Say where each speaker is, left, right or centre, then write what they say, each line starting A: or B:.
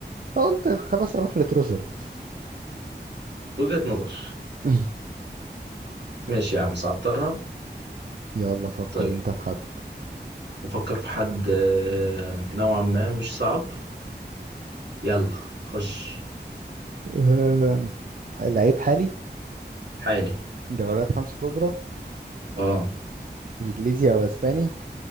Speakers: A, on the right (about 50°); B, on the right (about 75°).
A: فقلت خلاص اروح لتروسارد
B: وجهة نظر
A: <laughs>
B: ماشي يا عم صعبتها
A: يلا فكر
B: طيب
A: انت في حد
B: افكر في حد آه، نوعا ما مش صعب يلا خش
A: <laughs> آه، لعيب حالي
B: حالي
A: دوريات خمسة كبرى
B: اه
A: انجليزي او اسباني